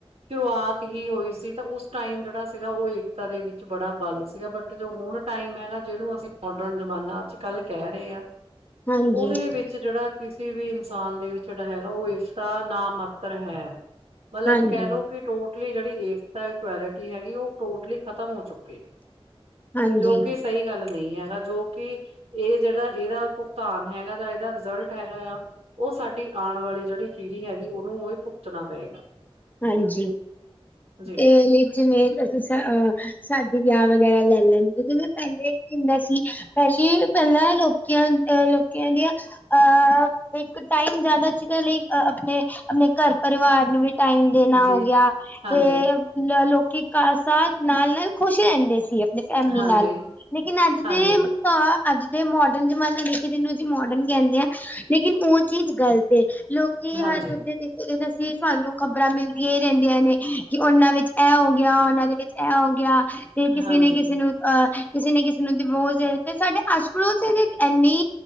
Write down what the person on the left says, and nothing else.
ਹਾਂਜੀ
ਹਾਂਜੀ
ਹਾਂਜੀ
ਹਾਂਜੀ,
ਏ ਲੇਕਿਨ ਏ ਜਿਸਾ ਸ਼ਾਦੀ-ਵਿਆਹ ਵਗੈਰਾ ਲੈ ਲੈਨ, ਜਵੇਂ ਪਹਿਲੇ ਕ ਹੁੰਦਾ ਸੀ ਪਹਿਲੇ, ਪਹਿਲਾਂ ਲੋਕੀਆਂ ਅਹ ਲੋਕੀਆਂ ਦੀਆਂ ਅਹ--ਇੱਕ ਟਾਈਮ ਜ਼ਿਆਦਾ ਜੀਦੇ ਲਈ, ਆਪਣੇ, ਆਪਣੇ ਘਰ-ਪਰਿਵਾਰ ਨੂੰ ਵੀ ਟਾਈਮ ਦੇਨਾ
ਹੋਗਿਆ,
ਤੇ ਮਤਲਬ, ਲੋਕੀ ਕਾਸ ਨਾਲ-ਨਾਲ ਖੁਸ਼ ਰਹਿੰਦੇ ਸੀ ਫੈਮਿਲੀ
ਨਾਲ, ਲੇਕਿਨ ਅੱਜ
ਤੇ ਹਾ, ਅੱਜ ਦੇ ਮੋਡਰਨ ਜਮਾਨਾ ਦੇਖੀ ਜਿਨੂੰ ਅਸੀਂ ਮੋਡਰਨ ਕਹਿੰਨੇ ਆ ਲੇਕਿਨ ਉਹ ਚੀਜ਼ ਗ਼ਲਤ ਏ, ਲੋਕੀ
ਹਰ ਹੋਗੀ ਅਸੀਂ, ਸਾਨੂੰ ਖ਼ਬਰਾਂ ਮਿਲਦੀਆਂ ਹੀ ਰਹਿੰਦੀਆਂ ਨੇ, ਕਿ ਉਹਨਾਂ ਵਿੱਚ ਐ ਹੋਗਿਆ, ਉਹਨਾਂ ਦੇ ਵਿੱਚ ਐ ਹੋਗਿਆ। ਤੇ ਕਿਸੇ
ਨੇ ਕਿਸੇ ਨੂੰ, ਅਹ ਕਿਸੇ ਨੇ ਕਿਸੇ ਨੂੰ ਦਿਵੋਸ ਦੇਤੇ, ਸਾਡੇ ਆਸ-ਪੜੋਸ ਇੰਨੀ